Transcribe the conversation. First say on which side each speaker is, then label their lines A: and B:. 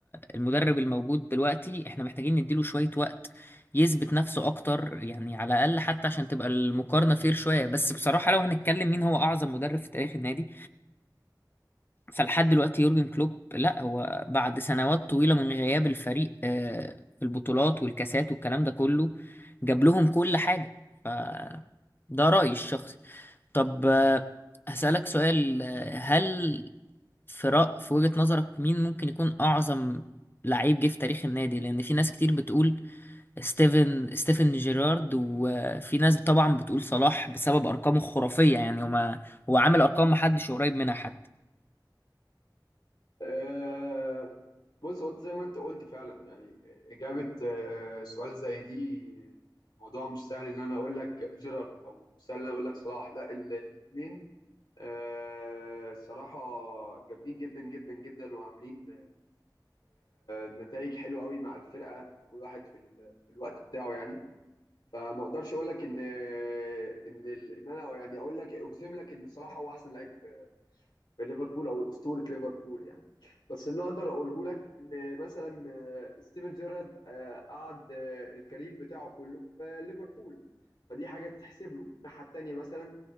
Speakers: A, on the left; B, on the left.
A: المدرب الموجود دلوقتي احنا محتاجين نديله شوية وقت يثبت نفسه اكتر يعني على الاقل حتى عشان تبقى المقارنة فير شوية بس بصراحة لو هنتكلم مين هو اعظم مدرب في تاريخ النادي فلحد دلوقتي يورجن كلوب لا هو بعد سنوات طويلة من غياب الفريق آه، في البطولات والكاسات والكلام ده كله جاب لهم كل حاجة ف ده رأيي الشخصي طب آه، هسألك سؤال آه، هل في رأ... في وجهة نظرك مين ممكن يكون أعظم لعيب جه في تاريخ النادي لأن في ناس كتير بتقول ستيفن ستيفن جيرارد وفي ناس طبعا بتقول صلاح بسبب أرقامه الخرافية يعني هو ما... هو عامل أرقام محدش قريب منها حتى
B: أه بص هو زي ما انت قلت فعلا يعني اجابه أه سؤال زي دي موضوع مش سهل ان انا اقول لك جيرارد او مش سهل ان انا اقول لك صلاح لا الاثنين أه صراحه جامدين جدا جدا جدا وعاملين نتائج حلوه قوي مع الفرقه كل واحد في ال... في الوقت بتاعه يعني فما اقدرش اقول لك ان ان ال... ان انا يعني اقول لك اجزم لك ان صلاح هو احسن لعيب في... في ليفربول او اسطوره ليفربول يعني بس اللي اقدر اقوله لك ان مثلا آه، ستيفن جيرارد آه، قعد آه، الكارير بتاعه كله في ليفربول فدي حاجه تتحسب له الناحيه التانيه مثلا